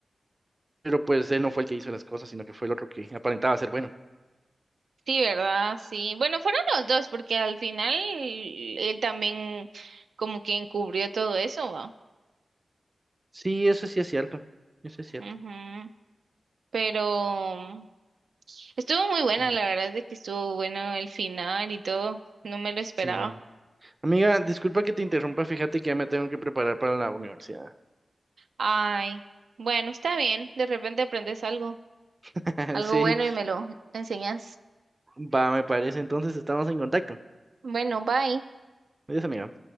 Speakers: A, on the right; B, on the right.
A: pero pues él no fue el que hizo las cosas, sino que fue el otro que aparentaba ser bueno.
B: sí, ¿verdad? Sí, bueno, fueron los dos, porque al final él también como que encubrió todo eso, va.
A: Sí, eso sí es cierto. Eso es cierto.
B: Ujú. Pero estuvo muy buena,
A: No,
B: la verdad es de que estuvo bueno el final y todo, no me lo esperaba.
A: Sí, no. Amiga, disculpa que te interrumpa, fíjate que ya me tengo que preparar para la universidad.
B: Ay, bueno, está bien. De repente aprendes algo,
A: <laughs>
B: algo
A: Sí,
B: bueno y me lo enseñas.
A: va, me parece. Entonces estamos en contacto.
B: Bueno, bye.
A: Adiós, amiga.